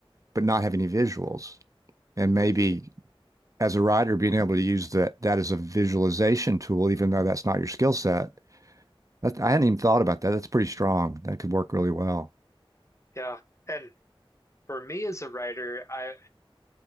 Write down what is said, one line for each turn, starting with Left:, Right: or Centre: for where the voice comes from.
Right: but not have any visuals and maybe
Left: hmm
Right: as a writer, being able to use that that as a visualization tool, even though that's not your skill set. That, I hadn't even thought about that. That's pretty strong. That could work really well.
Left: <laughs> Yeah. And for me as a writer, I,